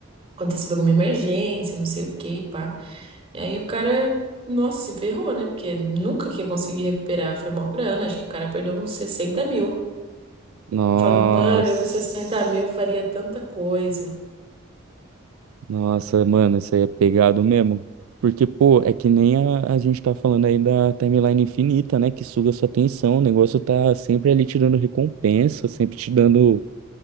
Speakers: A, on the right; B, on the right.
A: acontecido alguma emergência, não sei o que, pá. E aí o cara, nossa, se ferrou, né? Porque nunca que ia conseguir recuperar. Foi mó grana, acho que o cara perdeu uns 60 mil.
B: Nossa.
A: Eu falo, mano, eu com 60 mil faria tanta coisa.
B: Nossa, mano, isso aí é pegado mesmo. Porque, pô, é que nem a, a gente tá falando aí da timeline infinita, né? Que suga sua atenção. O negócio tá sempre ali te dando recompensa, sempre te dando